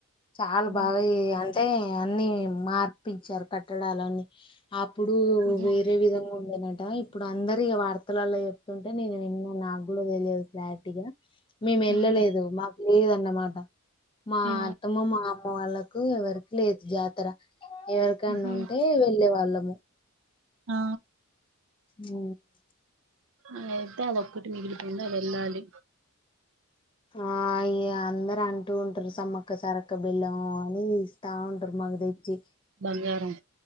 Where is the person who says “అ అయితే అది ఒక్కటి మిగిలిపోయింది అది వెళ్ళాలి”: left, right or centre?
Right